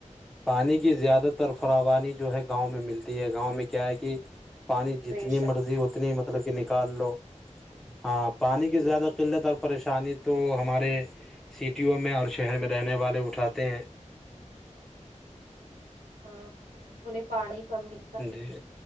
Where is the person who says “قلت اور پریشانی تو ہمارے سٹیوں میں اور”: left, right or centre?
Centre